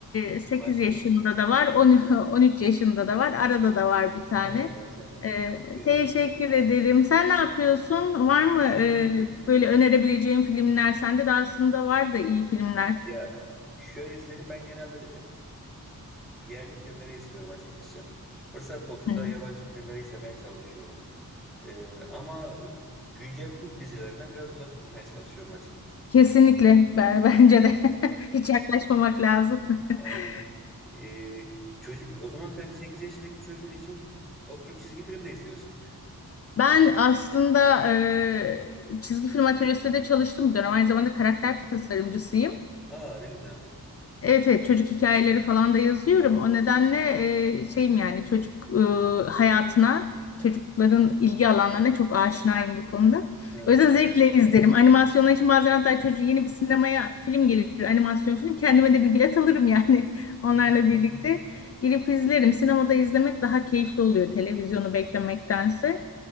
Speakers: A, on the left; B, in the centre.
A: e, 8
B: Maşallah.
A: yaşında da var 10 <laughs> 13 yaşında da var arada da var bir tane.
B: <laughs> Ha, maşallah.
A: Ee,
B: Ee,
A: teşekkür ederim. Sen ne yapıyorsun? Var mı
B: iyi.
A: e, böyle önerebileceğin filmler? Sende de aslında var da iyi filmler.
B: Ya şöyle söyleyeyim ben genelde yerli filmleri izliyorum açıkçası. Fırsat buldukça
A: Hı.
B: da yabancı filmleri izlemeye çalışıyorum. Ee, ama e, güncel Türk dizilerinden biraz uzak durmaya çalışıyorum açıkçası.
A: Kesinlikle. Ben, bence de <laughs> hiç yaklaşmamak lazım. <laughs>
B: Aynen. Ee, çocuk, o zaman sen 8 yaşındaki çocuğun için oturup çizgi film de izliyorsundur.
A: Ben aslında e, çizgi film atölyesinde de çalıştım bir dönem. Aynı zamanda karakter tasarımcısıyım.
B: Aa ne güzel.
A: Evet evet çocuk hikayeleri falan da yazıyorum. O nedenle e, şeyim yani çocuk e, hayatına, çocukların ilgi alanlarına çok aşinayım bu konuda.
B: Ha.
A: O yüzden zevkle izlerim. Animasyonlar için bazen hatta çocuğu yeni bir sinemaya film gelir, animasyon film. Kendime de bir bilet alırım yani <laughs> onlarla
B: <laughs>
A: birlikte. Girip izlerim. Sinemada izlemek daha keyifli oluyor televizyonu beklemektense.